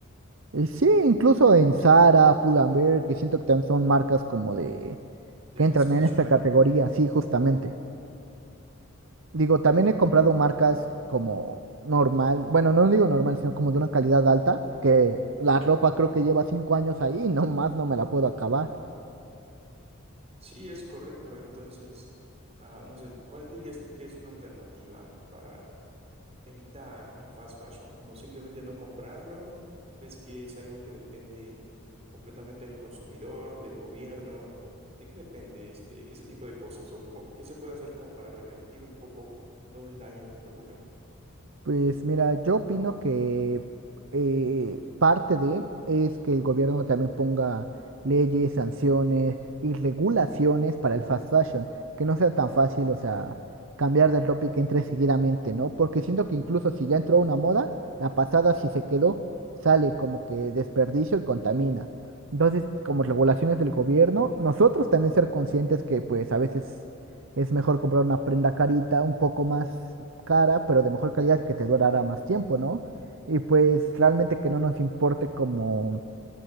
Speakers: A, on the right; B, on the right.
A: Y sí, incluso en Zara, Pull and Bear que siento que también son marcas como de
B: de
A: que
B: fast
A: entran
B: fashion.
A: en esta Vale. categoría, sí, justamente. Digo, también he comprado marcas como normal, bueno, no digo normal, sino como de una calidad alta, que la ropa creo que lleva cinco años ahí <laughs> y nomás no me la puedo acabar.
B: Sí, es correcto. Entonces, ah, no sé, ¿cuál dirías tú que es una alternativa para evitar el fast fashion, como simplemente no comprarlo? ¿Crees que es algo que depende completamente del consumidor, del gobierno? ¿De qué depende este, ese tipo de cosas? ¿O, o qué se puede hacer como para revertir un poco todo el daño que provocan?
A: Pues mira, yo opino que eh, parte de es que el gobierno también ponga leyes, sanciones y regulaciones para el fast fashion, que no sea tan fácil, o sea, cambiar de ropa y que entre seguidamente, ¿no? Porque siento que incluso si ya entró una moda, la pasada si se quedó, sale como que desperdicio y contamina. Entonces, como regulaciones del gobierno, nosotros también ser conscientes que pues a veces es mejor comprar una prenda carita, un poco más cara, pero de mejor calidad que te durará más tiempo, ¿no? Y pues realmente que no nos importe como,